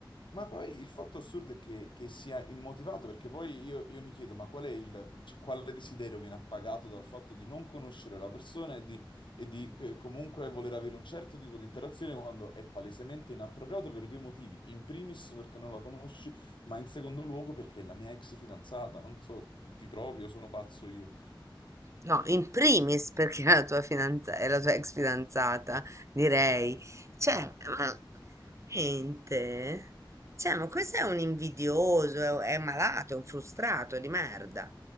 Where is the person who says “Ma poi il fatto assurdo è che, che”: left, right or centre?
Left